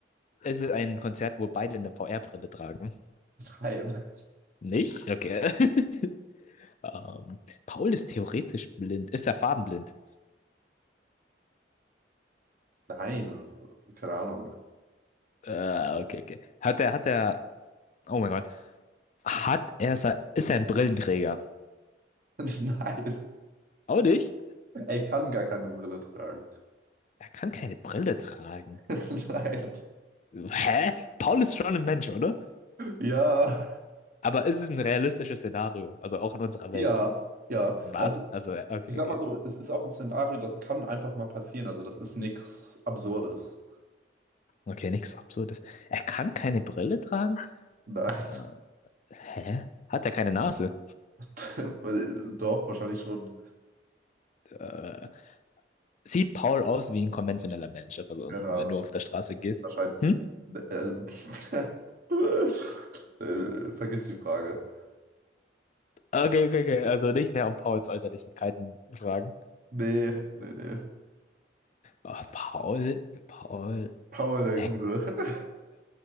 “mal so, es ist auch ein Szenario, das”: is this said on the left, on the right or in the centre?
Right